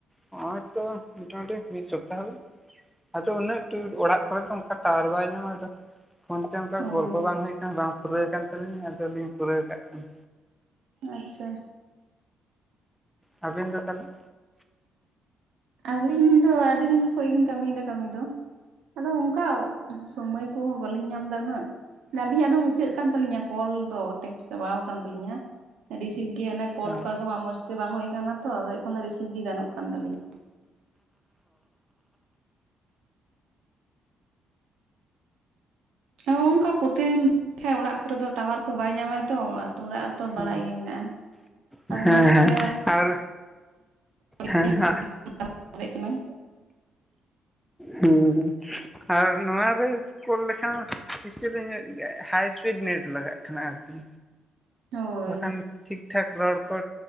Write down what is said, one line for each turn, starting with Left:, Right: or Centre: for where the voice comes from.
Centre: ᱦᱚᱸᱜ-ᱚᱭ ᱛᱚ ᱢᱳᱴᱟᱢᱩᱴᱤ ᱢᱤᱫ ᱥᱚᱯᱛᱟᱦᱚ ᱜᱟᱱ᱾ ᱟᱫᱚ ᱩᱱᱟᱹᱜ ᱴᱩᱨ ᱚᱲᱟᱜ ᱠᱚᱨᱮᱫ ᱫᱚ ᱚᱱᱠᱟ ᱴᱟᱣᱟᱨ ᱵᱟᱭ ᱧᱟᱢᱟ᱾ ᱟᱫᱚ- ᱯᱷᱳᱱ ᱛᱮ ᱚᱱᱠᱟ
Right: ᱦᱳᱭ
Centre: ᱜᱚᱞᱯᱚ ᱵᱟᱝ ᱦᱩᱭ ᱟᱠᱟᱱᱟ ᱵᱟᱝ ᱯᱩᱨᱟᱹᱣ ᱠᱟᱱ ᱛᱟᱹᱞᱤᱧ ᱟᱫᱚᱞᱤᱧ ᱯᱩᱨᱟᱹᱣ ᱠᱟᱜ ᱠᱟᱱᱟ᱾
Right: ᱟᱪᱪᱷᱟ᱾
Centre: ᱟᱵᱤᱱ ᱫᱚ ᱛᱟᱦᱚᱞᱮ?
Right: ᱟᱹᱞᱤᱧ ᱫᱚ ᱟᱹᱰᱤ ᱫᱤᱱ ᱠᱷᱚᱡ ᱜᱮᱞᱤᱧ ᱠᱟᱹᱢᱤ ᱭᱮᱫᱟ ᱠᱟᱹᱢᱤ ᱫᱚ᱾ ᱟᱫᱚ ᱚᱱᱠᱟ ᱥᱚᱢᱚᱭ ᱠᱚᱦᱚᱸ ᱵᱟᱞᱤᱧ ᱧᱟᱢᱫᱟ ᱩᱱᱟᱹᱜ᱾ ᱜᱟᱹᱞᱤᱧᱟᱜ ᱫᱚ ᱢᱩᱪᱟᱹᱫ ᱠᱟᱱ ᱛᱟᱹᱞᱤᱧᱟ ᱠᱚᱞ ᱫᱚ᱾ ᱴᱮᱠᱥ ᱪᱟᱵᱟᱣ ᱟᱠᱟᱱ ᱛᱟᱹᱞᱤᱧᱟ᱾ ᱨᱤᱥᱤᱵᱷ ᱜᱮ ᱟᱱᱮ ᱠᱚᱞ
Centre: ᱦᱮᱸ
Right: ᱠᱚ ᱟᱫᱚᱢᱟᱜ ᱢᱚᱸᱡᱽᱛᱮ ᱵᱟᱝ ᱦᱳᱭ ᱟᱠᱟᱱᱟ ᱛᱚ ᱟᱫᱚ ᱮᱠᱷᱚᱱ ᱫᱚ ᱨᱤᱥᱤᱵᱷ ᱜᱮ ᱜᱟᱱᱚᱜ ᱠᱟᱱ ᱛᱟᱞᱤᱧᱟ᱾ ᱦᱮᱸ ᱚᱱᱠᱟ ᱯᱨᱚᱛᱤ ᱫᱤᱱ ᱦᱮᱸ ᱚᱲᱟᱜ ᱠᱚᱨᱮ ᱫᱚ ᱴᱟᱣᱟᱨ ᱠᱚ ᱵᱟᱭ ᱧᱟᱢᱟᱭ ᱛᱚ ᱟᱛᱩ ᱚᱲᱟᱜ ᱨᱮᱛᱚ ᱵᱟᱲᱟᱭ
Centre: ᱚ
Right: ᱜᱮ ᱢᱮᱱᱟᱜ-ᱟ᱾ ᱟᱫᱚ
Centre: ᱦᱮᱸ
Right: ᱚᱱᱟ
Centre: ᱦᱮᱸ
Right: ᱦᱚᱛᱮᱜ ᱛᱮ
Centre: ᱟᱨ ᱦᱮᱸ
Right: <inaudible>
Centre: ᱦᱟᱸᱜ᱾
Right: <inaudible> ᱫᱟᱲᱮᱜ ᱠᱟᱱᱟᱭ᱾
Centre: ᱦᱮᱸ ᱦᱮᱸ᱾ ᱟᱨ ᱱᱚᱣᱟ ᱨᱮ ᱠᱳᱞ ᱞᱮᱠᱷᱟᱱ ᱠᱤᱪᱩᱞᱤᱧ ᱧᱚᱜ ᱜᱮ ᱦᱟᱭ ᱥᱯᱤᱰ ᱱᱮᱴ ᱞᱟᱜᱟᱜ ᱠᱟᱱᱟ ᱟᱨᱠᱤ᱾
Right: ᱦᱳᱭ
Centre: ᱵᱟᱠᱷᱟᱱ ᱴᱷᱤᱠ ᱴᱷᱟᱠ ᱨᱚᱲ ᱠᱚ